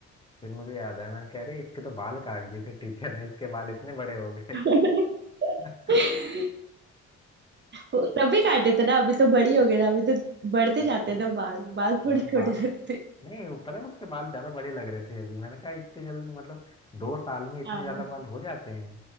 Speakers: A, on the left (about 15°); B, on the right (about 35°).
A: फिर मुझे याद आया मैंने कह रही इसके तो बाल काट दिए थे टीचर ने इसके बाल इतने बड़े हो गए
B: <laughs>
A: <laughs>
B: वो तभी काटे थे ना अभी तो बड़ी हो गई ना अभी तो बढ़ते
A: हाँ
B: जाते हैं ना बाल बाल
A: हाँ
B: थोड़े छोटे
A: बाल
B: रहते हैं।
A: नहीं वो पता है उसके बाल ज्यादा बड़े लग रहे थे अभी मैंने कहा इतने जल्दी मतलब दो साल में इतने
B: हाँ
A: ज्यादा बाल हो जाते हैं